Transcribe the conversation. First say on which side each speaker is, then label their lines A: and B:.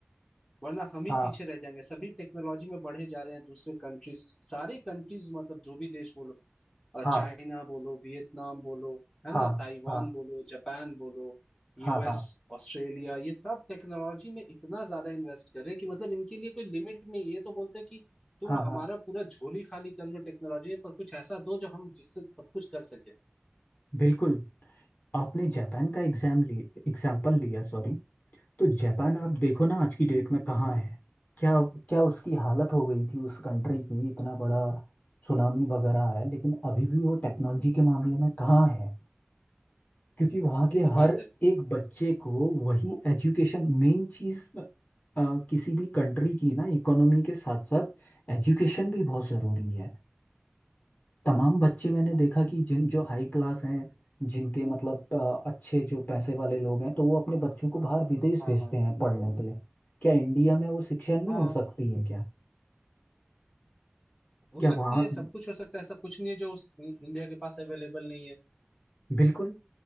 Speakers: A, on the left; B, on the left.
A: वरना हम ही
B: हाँ
A: पीछे रह जाएंगे सभी टेक्नोलॉजी में बढ़े जा रहे हैं दूसरे कंट्रीज सारे कंट्रीज मतलब जो भी देश बोलो अ, चाइना
B: हाँ
A: बोलो वियतनाम बोलो है
B: हाँ
A: ना ताइवान
B: हाँ
A: बोलो जापान बोलो यूएस
B: हाँ हाँ
A: ऑस्ट्रेलिया ये सब टेक्नोलॉजी में इतना ज्यादा इन्वेस्ट कर रहे हैं कि मतलब इनके लिए कोई लिमिट नहीं है ये तो बोलते हैं कि तुम
B: हाँ
A: हमारा
B: हाँ
A: पूरा झोली खाली कर लो टेक्नोलॉजी में पर कुछ ऐसा दो जो हम जिससे सब कुछ कर सके
B: बिल्कुल आपने जापान का एग्जाम लिए एग्जाम्पल लिया सॉरी तो जापान आप देखो ना आज की डेट में कहाँ है क्या क्या उसकी हालत हो गई थी उस कंट्री की इतना बड़ा सुनामी वगैरह आया लेकिन अभी भी वो टेक्नोलॉजी के मामले में कहाँ है क्योंकि वहाँ
A: वही
B: के
A: तो
B: हर
A: बात है
B: एक बच्चे को वही एजुकेशन मेन चीज़ किसी भी कंट्री की ना इकोनॉमी के साथ साथ एजुकेशन भी बहुत ज़रूरी है तमाम बच्चे मैंने देखा कि जिन जो हाई क्लास हैं जिनके मतलब अ, अच्छे जो पैसे वाले लोग हैं तो वो अपने बच्चों को बाहर विदेश
A: हाँ
B: भेजते
A: हाँ
B: हैं पढ़ने के लिए क्या इंडिया में वो शिक्षा नहीं
A: हाँ
B: हो सकती है क्या
A: हो
B: क्या
A: सकती
B: वहाँ
A: है सब कुछ हो सकता है ऐसा कुछ नहीं है जो उस इंडिया के पास अवेलेबल नहीं है
B: बिल्कुल